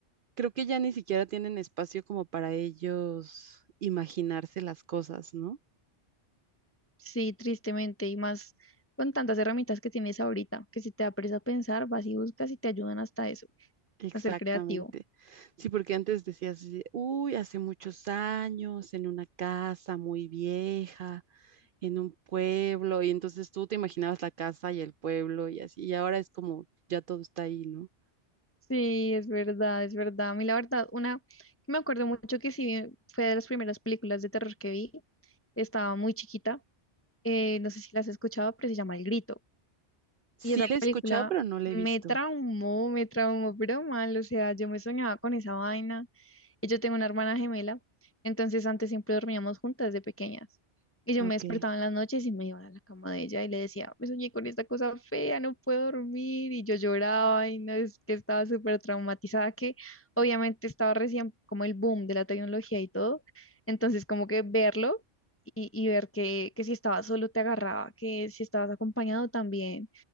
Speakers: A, on the right; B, on the left.
A: creo que ya ni siquiera tienen espacio como para ellos imaginarse las cosas, ¿no?
B: Sí, tristemente, y más con tantas herramientas que tienes ahorita, que si te da a pensar, vas y buscas y te ayudan hasta eso,
A: Exactamente.
B: a ser creativo.
A: Sí, porque antes decías, así de, uy, hace muchos años, en una casa muy vieja, en un pueblo, y entonces tú te imaginabas la casa y el pueblo y así, y ahora es como ya todo está ahí, ¿no?
B: Sí, es verdad, es verdad. A mí la verdad, una que me acuerdo mucho que sí vi- fue de las primeras películas de terror que vi. Estaba muy chiquita. eh, no sé si las has escuchado, pero se llama El Grito.
A: Sí
B: Y esa
A: la
B: película
A: he escuchado, pero no la
B: me
A: he visto.
B: traumó, me traumó, pero mal, o sea, yo me soñaba con esa vaina. Y yo tengo una hermana gemela, entonces antes siempre dormíamos juntas de pequeñas. Y yo
A: Ok.
B: me despertaba en las noches y me iba a la cama de ella y le decía, me soñé con esta cosa fea, no puedo dormir. Y yo lloraba y no es que estaba súper traumatizada, que obviamente estaba recién como el boom de la tecnología y todo. Entonces como que verlo y, y ver que, que si estabas solo te agarraba, que si estabas acompañado también